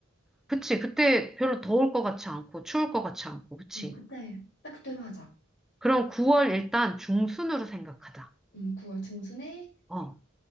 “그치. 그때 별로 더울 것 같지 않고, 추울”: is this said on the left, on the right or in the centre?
Centre